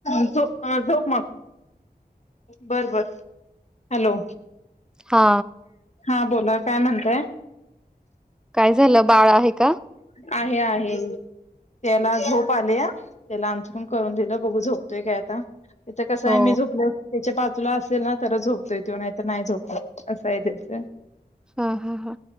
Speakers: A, on the left; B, in the centre.
A: झ झोप मग बर बर हॅलो
B: हा
A: हा बोला काय म्हणताय
B: काय झालं बाळ आहे का
A: आहे आहे त्याला झोप आले या त्याला अंथरण करून दिलं बघू झोपतोय काय आता त्याच कसं
B: हो
A: आहे मी झोपले होते त्याच्या बाजू तुला असेल ना तरच झोपतोय तो नाहीतर नाही झोपत असं आहे त्याचं
B: हा हा हा